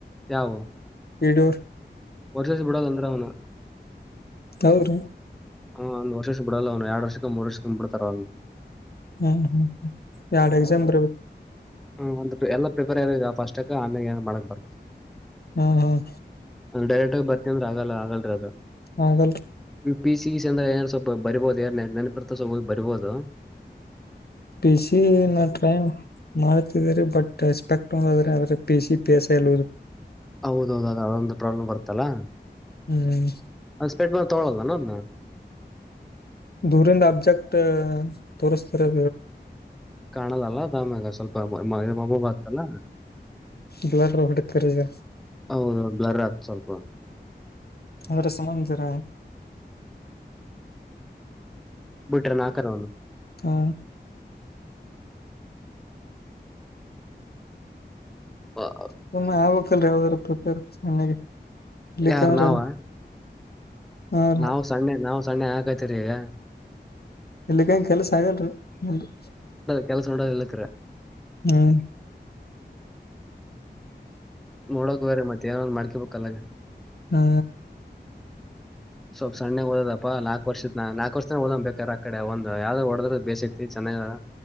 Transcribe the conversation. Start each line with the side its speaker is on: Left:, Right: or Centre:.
Centre: ಯವು
Left: ಇಡೂರ್
Centre: ವರ್ಸಲಸ್ ಬಿಡ ಅರು ಅವನ
Left: ಹೌ ರೀ
Centre: ಹಾ ಒಂದ್ ವರ್ಷಕ್ಕೆ ಬಿಡಲ್ಲ ಅವ್ ಎರಡು ವರ್ಷ ಮು ಮೂರ್ ವರ್ಷಕಂದ ಬಿತಾರ ಅವ್ನ್
Left: ಹ್ಮ್ ಹ್ಮ್ ಎರಡ್ ಎಕ್ಸಾಮ್ ಬರ್ಬೇಕು
Centre: ಹ್ಮ ಒ ಎಲ್ಲಾ ಪ್ರಿಪೇರ್ ಆಗ ಫಸ್ಟ ಆಮ್ಯ ಏ ಮಾಡಕ್ ಬರ್ತ್ತೆ
Left: ಹ್ಮ ಹ್ಮ್
Centre: ನ ಡೈರೆಕ್ಟಗ ಬರ್ತಿದ್ರ ಆಲ್ಲ ಆಗಲ್ರಿ ಅದು
Left: ಹಾಗಲ್ರಿ
Centre: ಪ ಸಿ ಸಿ ಅಂದ್ರ ರ ಸ್ವಲ್ಪ ಬರ್ಬಹುದು ಯಾರ ನೆಪ ಬರ್ಬಹುದು
Left: ಪಿಸಿ ನ ಕೈಮ್ ಮಾಡ್ತಿದರಿ ಬಟ್ ಎಸ್ಪೆಕ್ಟ್ ಒಂದಾದ್ರೆ್ರ P C P S I ಎ್
Centre: ಹೌದೌದೌದು ಅದೊಂದು ಪ್ರಾಬ್ಲಮ್ ಬರ್ತ್ತಲ್ಲಾ
Left: ಹ್ಮ್
Centre: ಅ ಸ್ಪೆಟ್ ಬ ತೊಳೋಲ್ಲ ನ
Left: ದೂರಿಂದ ಅಬ್ಜೆಕ್ಟ್ ತೋರ್ಸ್ತರ್ರಿ
Centre: ಕಾಣದಲ್ಲ ದಾಮ್ಯಾಗ ಸ್ವಲ್ಪ ಅಮ್ಮ ಬ ಆತಲ್ಲ
Left: ಬ್ಲಡ್ ಹೊಡ್ತಗ
Centre: ಹೌದು ಬ್ಲರ್ ಆತ್ ಸ್ವಲ್ಪ
Left: ಅವರ ಸಮಂಚರ
Centre: ಬಿಟ್ರೆ ನಾಕನು
Left: ಹಾ
Centre: ಹ್ಮ್
Left: ಸುಮ್ಮನೆ ಆಗ್ಕ್ಲ್ರಿ ಯಾವ್ದಾರ ಪ್ರಿಪೇರ್ ಸಣ್ಣಗೆ ಇಲ್ಲಿಕಂದ್ರ
Centre: ಯಾರ ನಾವ
Left: ಹಾ ರೀ
Centre: ನಾವು ಸಣ್ಣೆ ನಾವು ಸಣ್ಣೆ ಹಾಕತರಿೀ ಈಗ
Left: ಎಲ್ಲಿಕ್ಕ ಹಂಗ ಕೆಲ್ಸ ಆಗಲ್ರರಿ ನನ್ರಿ
Centre: ಕೆಲಸ ನೋಕ್ಕ್ರೆ
Left: ಹ್ಮ್
Centre: ನೋಡೋಕ್ ಬೇ ಮತ್ತ ಏನಾದ್ ಮಾಡಕಬೇಕಲ್ಲ
Left: ಹ್ಮ
Centre: ಸ್ವಲ್ಪ ಸ್ಣ ಓದಪ್ಪ ನಾಲ್ಕಕ್ ವರ್ಷತ್ ನಾಕಕ್ ವರ್ಷನ ಓದ್ ಬೇಕಾರ ಆ ಕಡೆ ಒಂದ ಯಾವ್ದ್ ಒಡದ್ರದ ಬೇಸಐತಿ ಚೆನ್ನಾಗ